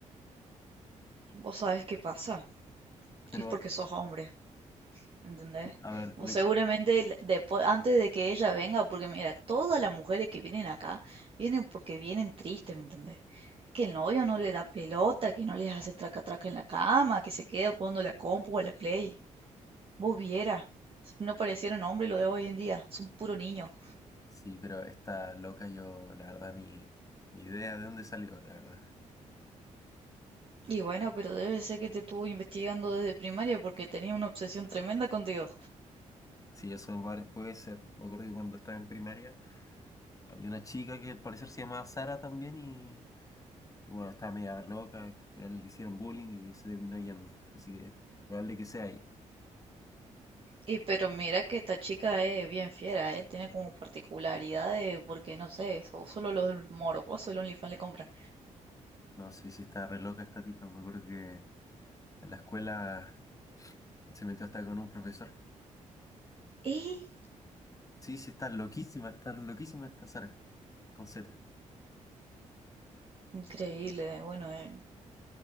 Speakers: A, on the right (about 40°); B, on the left (about 25°).
A: ¿Vos sabés qué pasa?
B: Pero,
A: Es porque sos hombre. ¿Entendés?
B: a ver,
A: Vos
B: de-
A: seguramente el- después, antes de que ella venga, porque mira, todas las mujeres que vienen acá vienen porque vienen tristes, ¿me entendés? Que el novio no le da pelota, que no les hace traca traca en la cama, que se queda jugando a la compu o a la play. Vos viera, no parecieron hombres lo de hoy en día, son puro niño.
B: sí, pero esta loca yo, la verdad, ni, ni idea de dónde salió, la verdad.
A: Y bueno, pero debe ser que te estuvo investigando desde primaria porque tenía una obsesión tremenda contigo.
B: Sí, eso pare- puede ser. Me acuerdo que cuando estaba en primaria había una chica que al parecer se llamaba Sara también y, y bueno, estaba media loca, al final le hicieron bullying y se terminó yendo. Así que probable que sea ella.
A: Y pero mira que esta chica es bien fiera, ¿eh? Tiene como particularidades, porque no sé, so- solo los morbosos el OnlyFans le compran.
B: No, sí, sí, está re loca esta tipa. Me acuerdo que en la escuela se metió hasta con un profesor.
A: ¡Eh!
B: Sí, sí, está loquísima, está loquísima esta Sara, con Z.
A: Increíble, bueno, eh,